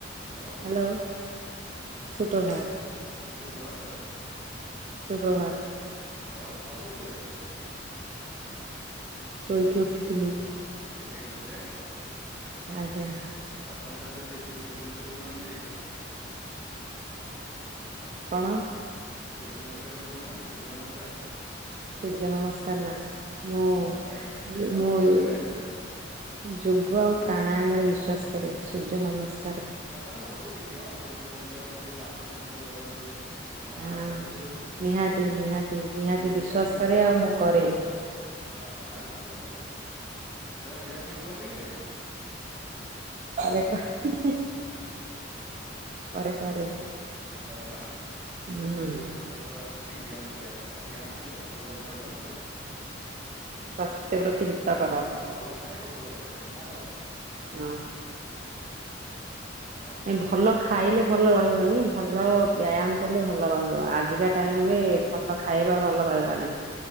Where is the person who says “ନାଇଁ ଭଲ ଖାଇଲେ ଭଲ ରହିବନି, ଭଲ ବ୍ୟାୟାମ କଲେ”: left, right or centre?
Right